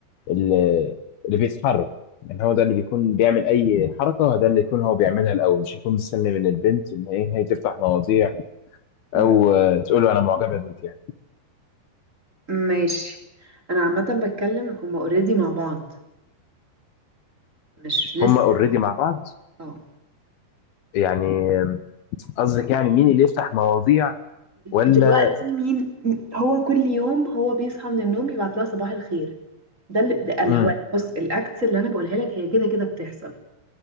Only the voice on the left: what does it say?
اللي اللي بيتحرك يعني هو ده اللي بيكون بيعمل اي حركه ده اللي يكون هو بيعملها الاول مش هيكون مستني من البنت ان ايه هي تفتح مواضيع
او آه، تقول له انا معجبه بيك يعني
هما اوريدي مع بعض
يعني آه، قصدك يعني مين اللي يفتح مواضيع ولا
امم